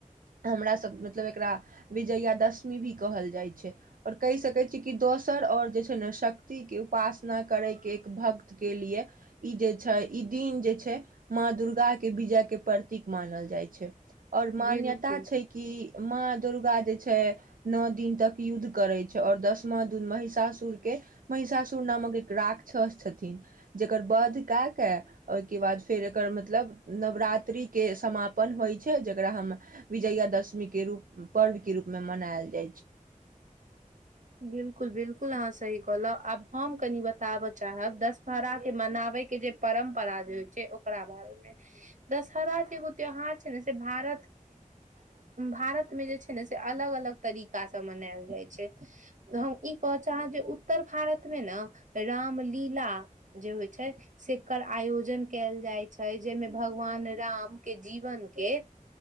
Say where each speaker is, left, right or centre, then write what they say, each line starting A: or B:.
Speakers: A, on the right; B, on the right.
A: हमरा सब मतलब एकरा विजयादशमी भी कहल जाइत छै और कहि सकय छियै कि दोसर ओर जे छै ने शक्ति के उपासना करै के एक भक्त के लिए ई जे छै ई दिन जे छै माँ दुर्गा के विजय के प्रतीक मानल जाइ छै और मान्यता
B: बिलकुल
A: छै
B: बिलकुल
A: कि माँ दुर्गा जे छै नौ दिन तक युद्ध करै छै और दसमा दिन महिषासुर के महिषासुर नामक एक राक राक्षस छथिन जे ओकर वध कए कऽ ओहिके बाद फेर एकर मतलब नवरात्रिके समापन होइ छै जेकरा हम विजयादशमी के रूप पर्व के रूप मे मनायल जाय
B: बिलकुल बिलकुल ना सही कहलँउ आब हम अपनी बताब चाहब दशहरा केँ मना ओइके जे परम्परा जे होय छै ओकरा बारे मे दशहरा के ओ त्यौहार छै ने से भारत भारत मे जे छै ने से अलग अलग तरीकासँ मनायल जाइत छैक हम ई कह चाहब जे उत्तर भारत मे ने रामलीला जे होइ छै सेकर आयोजन कैल जाइत छै जाहिमे भगवान राम कें जीवन के